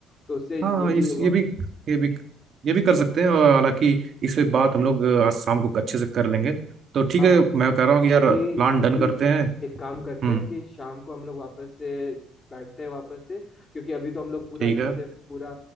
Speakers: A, on the left; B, on the right.
A: तो उससे
B: हाँ
A: ये भी
B: इस
A: होगा
B: ये भी ये भी ये भी कर सकते हैं और हालांकि इस पे बात हम लोग आज शाम को अच्छे से कर लेंगे तो ठीक
A: हाँ
B: है मैं कह रहा हूँ कि यार
A: अभी
B: प्लान
A: अभी
B: डन करते हैं
A: एक काम करते
B: हम्म
A: हैं कि शाम को हम लोग वापस से बैठते हैं वापस से क्योंकि अभी तो हम लोग पूरा
B: ठीक
A: अच्छे
B: है
A: से पूरा